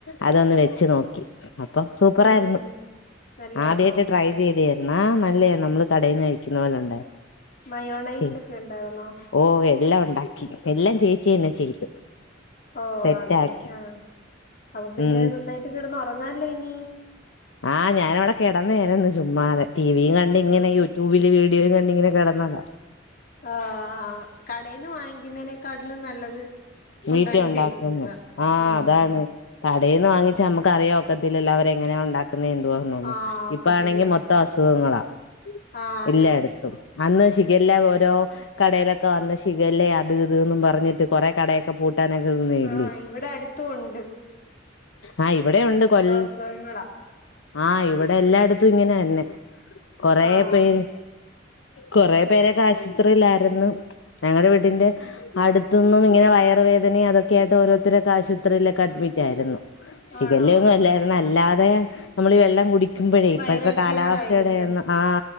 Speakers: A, on the left; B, on the left.
A: അതൊന്ന് വെച്ചുനോക്കി. അപ്പം സൂപ്പറായിരുന്നു
B: ഉം നല്ലായിരുന്നോ
A: ആദ്യായിട്ട് ട്രൈ ചെയ്തയാ. എന്നാ നല്ലയാരുന്നു നമ്മള് കടേന്നു കഴിക്കുന്ന പോലെ ഉണ്ടായിരുന്നു.
B: മയോണൈസ്
A: ചെയ്തു
B: ഒക്കെ ഉണ്ടായിരുന്നോ
A: ഓഹ് എല്ലാം ഒണ്ടാക്കി എല്ലാം ചേച്ചി തന്നെ ചെയ്തു.
B: ഓഹ്
A: സെറ്റ്
B: അങ്ങനെ
A: ആക്കി
B: ആ അപ്പ പിന്നെ
A: ഉം
B: നന്നായിട്ട് കെടന്നൊറങ്ങാല്ലോ ഇനി.
A: ആ ഞാനവിടെ കെടന്നയാരുന്നു ചുമ്മാതെ ടിവിയും കണ്ടിങ്ങനെ
B: ആഹ്
A: യു ട്യൂബില് വീഡിയോ കണ്ടിങ്ങനെ കെടന്നതാ.
B: ആ കടേന്ന് വാങ്ങിക്കുന്നതിനേക്കാട്ടിലും നല്ലത്
A: വീട്ടി
B: ഉണ്ടാക്കി
A: ഒണ്ടാക്കുന്നയാ
B: കഴിക്കുന്നതാ
A: ആ
B: ഉം
A: അതാണ്. കടേന്ന് വാങ്ങിച്ചാ നമുക്കറിയാ ഒക്കത്തില്ലല്ലോ അവരെങ്ങനെയാ ഒണ്ടാക്ക ന്തുവാന്നെന്നോ
B: ആഹ് ഒക്കത്തില്ല
A: ഇപ്പ ആണെങ്കി മൊത്തം അസുഖങ്ങളാ
B: ആഹ് അതെ
A: എല്ലാടത്ത അന്ന് ഷിഗില്ല ഓരോ കടേലൊക്കെ വന്ന് അന്വേഷിക്കുവല്ലേ അത് ഇതൂന്നും പറഞ്ഞിട്ട് കൊറെ കടയൊക്കെ പൂട്ട ട്ടാനൊക്കെ നിന്നെയല്ലേ.
B: ആഹ് ഇവിടെ അടുത്തും ഉണ്ട്
A: ആ ഇവിടേ ഒണ്ട്
B: മൊത്തം
A: കൊൽ
B: അസുഖങ്ങളാ
A: ആ ഇവിടെല്ലായിടത്തും ഇങ്ങനെ തന്നെ കൊറെ
B: ആഹ്
A: പേര് കൊറേ പേരൊക്കെ ആശൂത്രിലായിരുന്നു. ഞങ്ങടെ വീടിന്റെ അടുത്തുന്നും ഇങ്ങനെ വയറുവേദനേം അതൊക്കെയായിട്ട് ഓരോരുത്തരൊക്കെ ആശൂത്രിലൊ അഡ്മിറ്റ് ആയിരുന്നു ഷിഗില്ല
B: ആണോ
A: ഒന്നും അല്ലാരുന്നു അല്ലാതെ നമ്മളീ വെള്ളം കുടി ക്കുമ്പഴേ ഇപ്പഴ്ത്തെ
B: വൈറൽ
A: കാലാവസ്ഥയുടെയൊന്നു
B: ഫീവർ ആയിരിക്കും
A: ആ